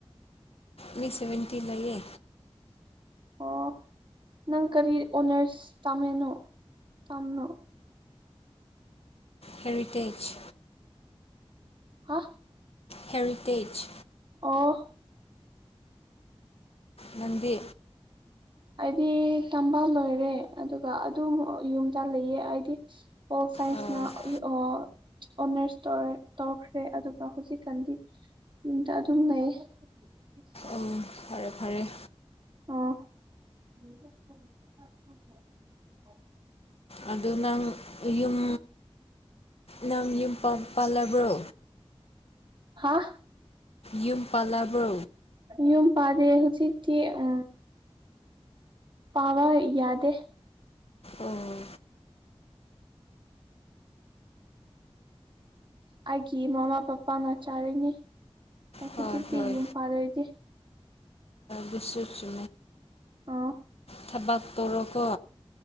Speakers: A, on the left; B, on the right.
A: ꯃꯤ ꯁꯚꯦꯟꯇꯤ ꯂꯩꯌꯦ
B: ꯑꯣ ꯅꯪ ꯀꯔꯤ ꯑꯣꯅꯔꯁ ꯇꯝꯃꯤꯅꯣ ꯇꯥꯝꯅꯣ
A: ꯍꯦꯔꯤꯇꯦꯖ
B: ꯍꯥ
A: ꯍꯦꯔꯤꯇꯦꯖ
B: ꯑꯣ
A: ꯅꯪꯗꯤ
B: ꯑꯩꯗꯤ ꯇꯝꯕꯥ ꯂꯣꯏꯔꯦ ꯑꯗꯨꯒ ꯑꯗꯨꯝ ꯌꯨꯝꯗ ꯂꯩꯌ‌ꯦ ꯑꯩꯗꯤ ꯄ‌ꯣꯜ ꯁꯥꯏꯟꯁꯅ
A: ꯑꯣ
B: ꯏ ꯑꯣ ꯑꯣꯅꯔꯁ ꯇꯧꯔꯦ ꯇꯧꯈ꯭ꯔꯦ ꯑꯗꯨꯒ ꯍꯧꯖꯤꯛꯀꯥꯟꯗꯤ ꯌꯨꯝꯗ ꯑꯗꯨꯝ ꯂꯩ <unintelligible>
A: ꯑꯣ ꯐꯔꯦ ꯐꯔꯦ
B: ꯑꯣ
A: ꯑꯗꯨ ꯅꯪ ꯌꯨꯝ ꯅꯪ ꯌꯨꯝ ꯄꯥꯜ ꯄꯥꯜꯂꯕ꯭ꯔꯣ
B: ꯍꯥꯥ
A: ꯌꯨꯝ ꯄꯜꯂꯕꯨ
B: ꯌꯝ ꯄꯗꯦ ꯍꯧ ꯎꯆ ꯑ ꯄꯥꯕ ꯌꯥꯗꯦ
A: ꯑꯣ
B: ꯑꯩꯒꯤ ꯃꯃꯥ ꯄꯄꯥꯅ ꯆꯥꯔꯤꯅꯤ ꯑꯩ
A: ꯍꯣꯏ
B: ꯍꯧꯖꯤꯛꯇꯤ
A: ꯍꯣꯏ
B: ꯌꯨꯝ ꯄꯥꯜꯂꯣꯏꯗꯦ
A: ꯕꯤꯁꯁꯤ
B: ꯑꯥ
A: ꯊꯕꯥ ꯇꯔꯣꯀ